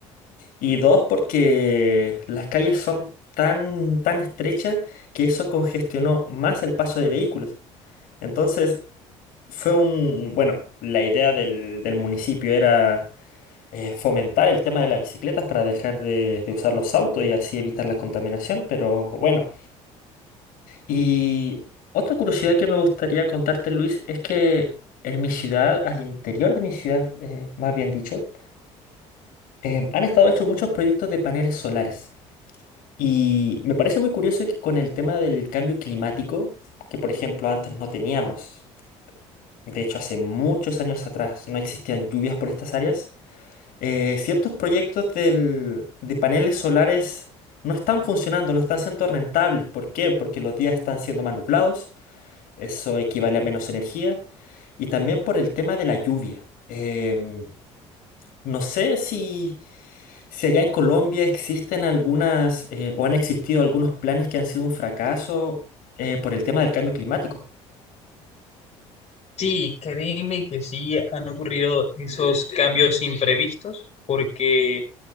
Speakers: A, on the left (about 70°); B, on the left (about 45°).
A: Y dos, porque las calles son tan, tan estrechas que eso congestionó más el paso de vehículos. Entonces, fue un, bueno, la idea del, del municipio era eh, fomentar el tema de las bicicletas para dejar de, de usar los autos y así evitar la contaminación, pero bueno. Y otra curiosidad que me gustaría contarte, Luis, es que en mi ciudad, al interior de mi ciudad, eh, más bien dicho, eh, han estado hechos muchos proyectos de paneles solares. Y me parece muy curioso que con el tema del cambio climático, que por ejemplo antes no teníamos. De hecho, hace muchos años atrás no existían lluvias por estas áreas. eh, ciertos proyectos del- de paneles solares no están funcionando, no están siendo rentables. ¿Por qué? Porque los días están siendo más nublados, eso equivale a menos energía. Y también por el tema de la lluvia. Em, no sé si, si allá en Colombia existen algunas eh, o han existido algunos planes que han sido un fracaso eh, por el tema del cambio climático.
B: Sí, créeme que sí han ocurrido esos cambios imprevistos, porque